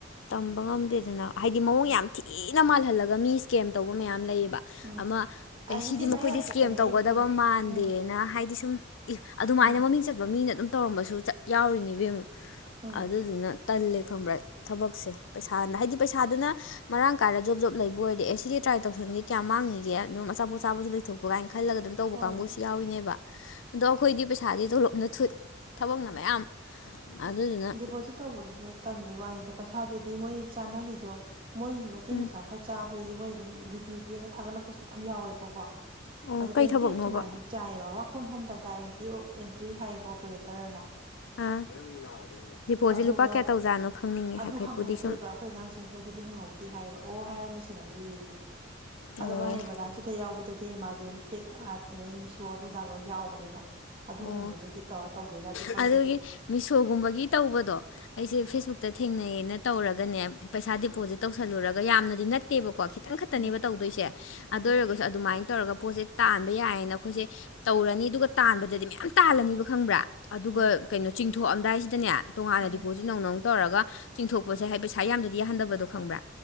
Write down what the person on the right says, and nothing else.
ꯎꯝ
ꯎꯝ
ꯑꯁꯤꯒꯤ
ꯚꯥꯏꯔꯦꯜ ꯌꯥꯝ
ꯆꯠꯄꯅꯦ
ꯑꯩ ꯀꯣꯟꯅ
ꯎꯝ
ꯎꯝ
ꯎꯝ
ꯍꯣꯏ
ꯗꯤꯄꯣꯖꯤꯠ ꯇꯧꯕꯗꯨꯗ ꯇꯟꯕꯩ ꯋꯥꯅꯤꯗ ꯄꯩꯁꯥꯗꯨꯗꯤ ꯃꯣꯏ ꯆꯥꯅꯔꯤꯗꯣ ꯃꯣꯏ ꯃꯩꯇꯩ
ꯃꯆꯥ ꯈ ꯆꯥꯕꯒꯤ ꯃꯣꯏ ꯑꯗꯨꯝ ꯕꯤꯌꯨ ꯄꯤꯔꯒ ꯊꯥꯒꯠꯂꯛꯄꯁꯨ ꯃꯌꯥꯝ ꯌꯥꯎꯋꯦꯕꯀꯣ
ꯑꯗꯣ
ꯇ꯭ꯋꯦꯟꯇꯤ
ꯑꯩꯠ ꯁꯨꯃꯥꯏꯅ ꯆꯥꯏꯑꯕ work from home data entry entry ꯍꯥꯏꯌꯦꯕ ꯑꯣꯄꯔꯦꯇꯔꯅ
ꯑꯗꯨꯒ
ꯑꯗꯨ
ꯍꯪꯍꯧꯗ꯭ꯔꯦꯕ
ꯑꯩꯈꯣꯏ ꯑꯉꯥꯡꯁꯤꯡꯅꯁꯨ ꯑꯗꯨꯗꯤ ꯍꯪꯍꯧꯗꯦ ꯍꯥꯏꯌꯦꯕ ꯑꯣ ꯍꯥꯏꯔ ꯁꯦꯟꯅꯈ꯭ꯔꯔꯤꯌꯦ
ꯑꯗꯣ ꯃꯥꯅꯦꯕꯗꯥꯁꯤꯗ ꯌꯥꯎꯕꯗꯗꯤ ꯑꯦꯃꯥꯖꯣꯟ ꯐ꯭ꯂꯤꯞꯀꯥꯔꯠ ꯑꯗꯗꯤ ꯃꯤꯁꯣ ꯑꯗꯨꯗꯥ ꯂꯣꯏ ꯌꯥꯎꯕꯅꯦꯕ ꯑꯗꯨꯒꯨꯝꯕꯗꯒꯤ
ꯇꯧꯔ ꯇꯧꯗꯣꯏ ꯇꯗꯤ ꯈꯪꯗꯦꯕ
ꯎꯝ
ꯎꯝ
ꯎꯝ
ꯎꯝ
ꯎꯝ